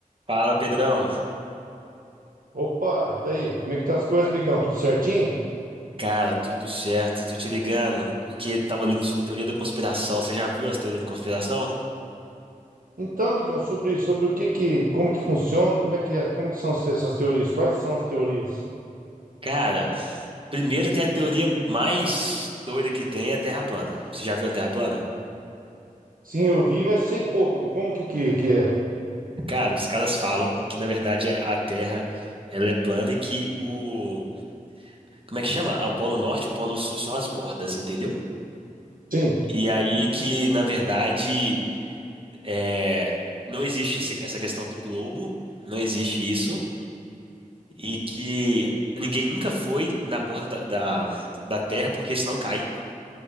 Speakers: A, on the right (about 40°); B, on the right (about 80°).
A: Fala, Pedrão.
B: Opa, e daí? Como é que tá as coisas, amigão? Tudo certinho?
A: Cara, tudo certo. Tô te ligando porque tava lendo sobre teoria da conspiração. Você já viu as teorias da conspiração?
B: Então, amigão, sobre, sobre o que que, como que funciona, como é que é, como que são as- essas teorias? Quais são as teorias?
A: Cara, primeiro tem a teoria mais doida que tem, é a Terra plana. Você já viu a Terra plana?
B: Sim, eu vi, mas sei pouco. Como que que, que é?
A: Cara, os caras falam que na verdade a Terra ela é plana e que o como é que chama? O Polo Norte e o Polo Sul são as bordas, entendeu?
B: Sim.
A: E aí que na verdade é, não existe esse- essa questão do globo, não existe isso. e que ninguém nunca foi na borda da, da, da Terra porque senão cai.